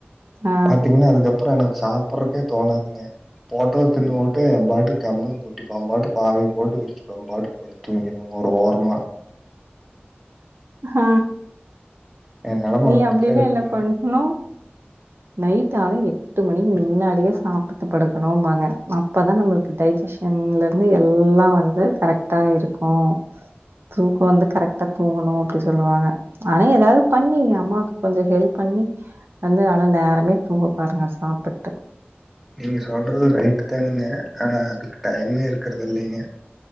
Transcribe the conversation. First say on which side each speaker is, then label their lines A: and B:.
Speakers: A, on the right; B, in the centre.
A: ஆ
B: பாத்தீங்கன்னா அதுக்கப் றோ எனக்கு சாப்ட்றக்கே தோணாதுங்க போட்டத தின்னு போட்டு எம்பாட்டுக்கு கம்முன்னு பொட்டிப்பாம்பாட்டு பாய போட்டு விரிச்சு எம்பாட்டுக்கு படுத்து தூங்கிருவ ஒரு ஓரமா
A: ஆ
B: என் நெலம
A: நீ
B: அப்படித்தான்
A: அப்டின்னா
B: இருக்குதுங்க.
A: என்ன பண்ணன்னு நைட் ஆனா எட்டு மணிக்கு மின்னாடியே சாப் சாப்ட்டு படுக்கணும்பாங்க அப்பதா நம்மளுக்கு டைஜஷன்லருந்து எல்லா வந்து கரெக்டா இருக்கு தூக்கோ வந்து கரெக்டா தூங்கணு அப்டி சொல்லுவாங்க ஆனா ஏதாவத் அம்மாவுக்கு கொஞ்ச ஹெல்ப் பண்ணி வந்து ஆனா நேரமே தூங்க பாருங்க சாப்பிட்டு
B: நீங்க சொல்றது ரைட்டு தானுங்க ஆனா அதுக்கு டையமே இருக்கறதுல்லைங்க